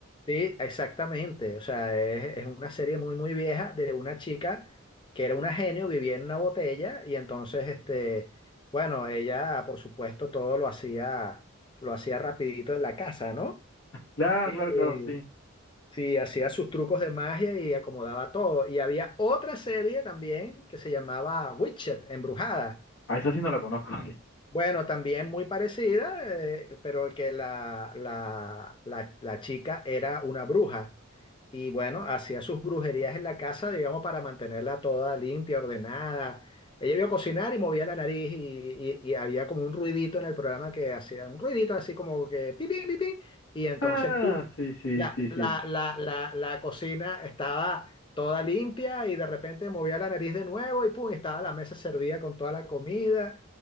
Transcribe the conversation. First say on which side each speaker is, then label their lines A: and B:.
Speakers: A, on the left; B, on the left.
A: Sí, exactamente. O sea, es, es una serie muy, muy vieja de una chica que era una genio, vivía en una botella y entonces, este, bueno, ella, por supuesto, todo lo hacía, lo hacía rapidito en la casa, ¿no?
B: Claro,
A: Este,
B: claro, claro, sí.
A: Sí, hacía sus trucos de magia y acomodaba todo. Y había otra serie también que se llamaba Witched, Embrujada.
B: A esa sí no la conozco. <laughs>
A: Bueno, también muy parecida, eh, pero que la, la, la, la chica era una bruja y bueno, hacía sus brujerías en la casa, digamos, para mantenerla toda limpia, ordenada. Ella iba a cocinar y movía la nariz y, y- y había como un ruidito en el programa que hacía un ruidito así como que pi, pi, pi, pi, y entonces
B: Ah,
A: ¡pum!
B: sí, sí,
A: La,
B: sí,
A: la,
B: sí.
A: la, la, la cocina estaba toda limpia y de repente movía la nariz de nuevo y ¡pum! estaba la mesa servida con toda la comida.